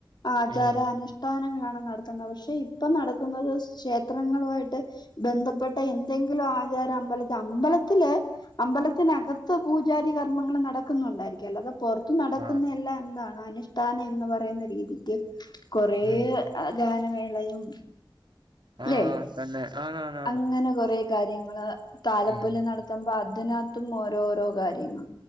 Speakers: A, on the left; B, on the right.
A: ആചാര
B: ഉം
A: അനുഷ്ഠാനങ്ങളാണ് നട ക്കുന്നത് പക്ഷെ ഇപ്പൊ നടക്കുന്നത് ക്ഷേത്രങ്ങളുവായിട്ട് ബന്ധപ്പെട്ട എന്തെങ്കിലും ആചാരം അമ്പലത്തില് അമ്പലത്തില് അമ്പലത്തിനകത്ത് പൂജാരി കർമ്മങ്ങൾ നടക്കുന്നുണ്ടായിരിക്കും അല്ല അത പുറത്ത നടക്കുന്ന
B: ആഹ്
A: എല്ലാം എന്താണ് അനുഷ്ഠാനം എന്ന് പറയുന്ന രീതിക്ക് കൊറേ <unintelligible>
B: ഉം
A: ഗാനമേളയും
B: ആഹ
A: ല്ലെ
B: തന്നെ ആണ ആണ്
A: അങ്ങനെ കൊറെ കാര്യങ്ങള് താലപ്പൊല്
B: ഉം
A: നടത്തുമ്പോ അതിനക ത്തും ഓരോരോ കാര്യങ്ങ